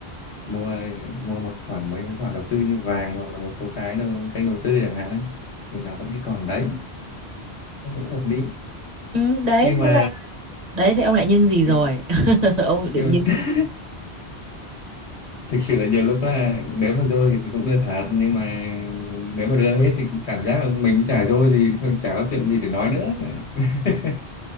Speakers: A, on the left; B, on the right.
A: mua mua một khoản mấy mấy khoản đầu tư như vàng hoặc là một số cái đầu, kênh đầu tư chẳng hạn đấy thì nó vẫn cái còn đấy nó cũng hợp lý
B: Ừ, đấy,
A: nhưng mà
B: nên là đấy thì ông lại nhưng gì
A: ờ,
B: rồi? <laughs> Ông lại định
A: nhưng
B: nhưng
A: mà
B: cái
A: <laughs>
B: gì?
A: thực sự là nhiều lúc là nếu mà dôi thì cũng đưa thật nhưng mà nếu mà đưa hết thì cảm giác là mình chả dôi gì chả có chuyện gì để nói nữa <laughs>